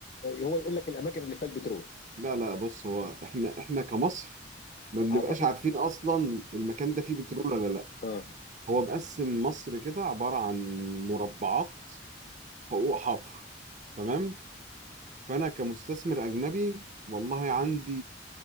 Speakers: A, on the left (about 45°); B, on the right (about 40°).
A: هو يقول لك الاماكن اللي فيها البترول
B: لا لا بص هو احنا احنا كمصر ما بنبقاش
A: اعتقد
B: عارفين اصلا المكان ده فيه بترول ولا لا
A: اه
B: هو مقسم مصر كده عبارة عن مربعات حقوق حفر تمام فانا كمستثمر اجنبي والله عندي